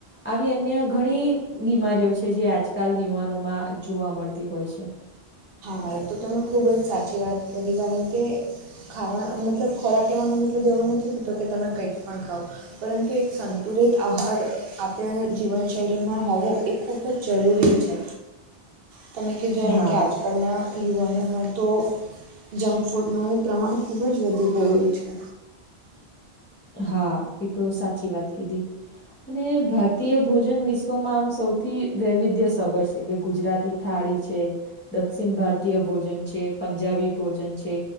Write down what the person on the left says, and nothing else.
આવી અન્ય ઘણી બીમારીઓ છે, જે આજકાલ યુવાનોમાં જોવા મળતી હોય છે.
<inaudible>
હા
હા એ તો સાચી વાત કીધી અને ભારતીય ભોજન વિ વિશ્વમાં આમ સૌથી વૈવિધ્ય સબર છે, કે ગુજરાતી થાળી છે દક્ષિ ભારતીય ભોજન છે, પંજાબી ભોજન છે